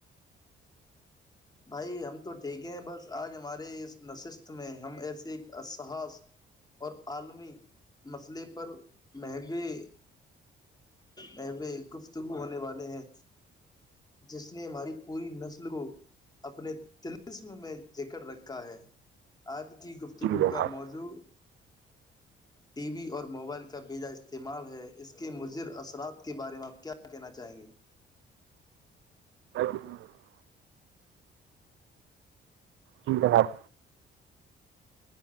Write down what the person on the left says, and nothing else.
بھائی ہم تو ٹھیک ہیں بس آج ہمارے اس نشستت میں ہم ایسے ایک اسسحاص اور عالمی مسئلے پر مہنگے مہگے گفتگو ہونے والے ہیں جس نے ہماری پوری نسل کو اپنے تلسم میں جیکٹ رکھا ہے آج کے کی گفتگو
کا موضوع ٹی وی اور موبائل کا بیجا استعمال ہے اس کے مضر اثرات کے بارے میں آپ کیا کہنا چاہیں گے